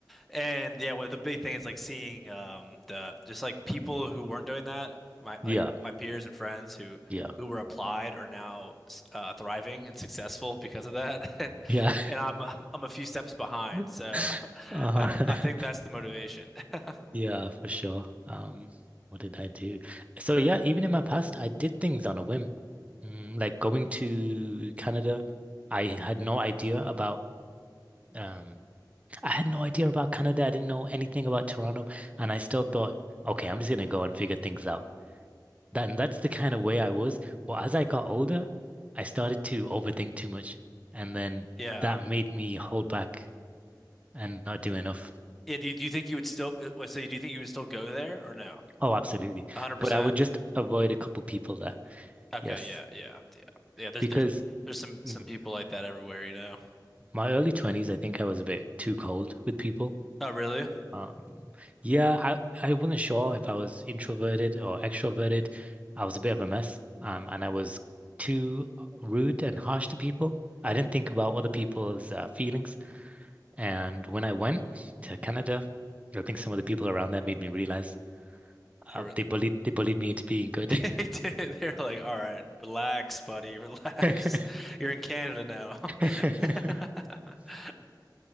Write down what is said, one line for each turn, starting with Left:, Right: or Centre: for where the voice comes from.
Centre: And yeah, well, the big thing is like seeing um the just like people who weren't doing that, my
Right: Yeah.
Centre: like my peers and friends who
Right: Yeah.
Centre: who were applied are now uh, thriving and successful because of that. <laughs> And
Right: Yeah.
Centre: and I'm I'm a few steps behind.
Right: <laughs>
Centre: So <laughs>
Right: Uh,
Centre: I
Right: <laughs>
Centre: I think that's the motivation. <laughs>
Right: yeah, for sure. Um, what did I do? So yeah, even in my past, I did things on a whim. Mm, like going to Canada, I had no idea about um I had no idea about Canada. I didn't know anything about Toronto, and I still thought, okay, I'm just gonna go and figure things out. That, and that's the kind of way I was. But as I got older, I started to overthink too much, and then
Centre: Yeah.
Right: that made me hold back and not do enough.
Centre: Yeah, do you, do you think you would still uh, let's say do you think you would still go there or no?
Right: Oh, absolutely.
Centre: 100%?
Right: But I would just avoid a couple people there.
Centre: Okay,
Right: Yes.
Centre: yeah, yeah, yeah. Yeah, there's
Right: Because
Centre: there's there's some some
Right: mm,
Centre: people like that everywhere, you know.
Right: my early 20s, I think I was a bit too cold with people.
Centre: Oh, really?
Right: Um, yeah, I, I wasn't sure if I was introverted or extroverted. I was a bit of a mess. Um, and I was too rude and harsh to people. I didn't think about other people's uh, feelings. And when I went to Canada, I think some of the people around there made me realize uh,
Centre: They were
Right: they bullied they bullied me into being
Centre: <laughs>
Right: good.
Centre: they did. They're like, "All right, relax, buddy, relax.
Right: <laughs> <coughs>
Centre: <laughs> You're in Canada now."
Right: <laughs>
Centre: <laughs>